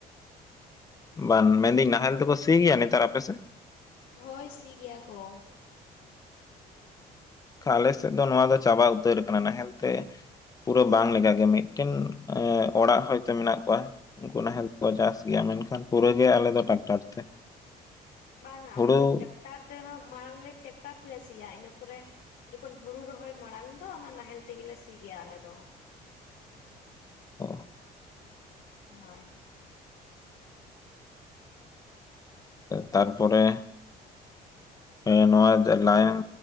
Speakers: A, on the left; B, on the left.
A: ᱵᱟᱱ ᱢᱮᱱᱫᱟᱹᱧ ᱱᱟᱦᱮᱞ ᱛᱮᱠᱚ ᱥᱤ ᱜᱮᱭᱟ ᱱᱮᱛᱟᱨ ᱟᱯᱮ ᱥᱮᱫ?
B: ᱦᱚᱭ ᱥᱤ ᱜᱮᱭᱟ ᱠᱚ᱾
A: ᱟᱞᱮ ᱥᱮᱫ ᱫᱚ ᱱᱚᱣᱟ ᱫᱚ ᱪᱟᱵᱟ ᱩᱛᱟᱹᱨ ᱠᱟᱱᱟ ᱱᱟᱦᱮᱞᱛᱮ᱾ ᱯᱩᱨᱟᱹ ᱵᱟᱝ ᱞᱮᱠᱟᱜᱮ ᱢᱤᱫᱴᱮᱱ ᱚᱲᱟᱜ ᱦᱚᱭᱛᱳ ᱢᱮᱱᱟᱜ ᱠᱚᱣᱟ᱾ ᱩᱱᱠᱩ ᱠᱚ ᱱᱟᱦᱮᱞ ᱛᱮᱠᱚ ᱪᱟᱥ ᱜᱮᱭᱟ ᱢᱮᱱᱠᱷᱟᱱ ᱯᱩᱨᱟᱹ ᱜᱮ ᱟᱞᱮ ᱫᱚ ᱴᱟᱠᱴᱟᱨ ᱛᱮ᱾
B: ᱵᱟᱝᱟ
A: ᱦᱩᱲᱩ
B: ᱟᱞᱮ ᱫᱚ ᱴᱮᱠᱴᱟᱨ ᱛᱮᱦᱚᱸ ᱢᱟᱲᱟᱝ ᱞᱮ ᱴᱮᱠᱴᱟᱨ ᱛᱮᱞᱮ ᱥᱤᱭᱟ᱾ ᱤᱱᱟᱹ ᱯᱚᱨᱮ ᱡᱚᱠᱷᱚᱱ ᱦᱩᱲᱩ ᱨᱚᱦᱚᱭ ᱢᱟᱲᱟᱝ ᱫᱚ ᱚᱱᱟ ᱱᱟᱦᱮᱞ ᱛᱮᱜᱮᱞᱮ ᱥᱤ ᱜᱮᱭᱟ ᱟᱞᱮ ᱫᱚ᱾
A: ᱚ
B: ᱦᱳᱭ
A: ᱛᱟᱨᱯᱚᱨᱮ ᱦᱮᱸ ᱱᱚᱜ-ᱚᱭ ᱞᱟᱭᱚᱱ